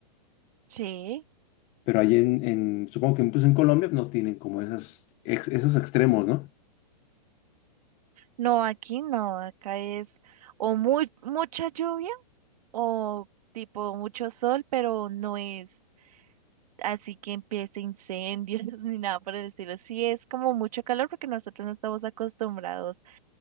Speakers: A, on the right; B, on the left.
A: sí.
B: pero ahí en, en- supongo que incluso en Colombia no tienen como esas, ex- esos extremos, ¿no?
A: No, aquí no, acá es o muy, mucha lluvia o tipo mucho sol, pero no es así que empiece incendios <laughs> ni nada por el estilo. Sí, es como mucho calor porque nosotros no estamos acostumbrados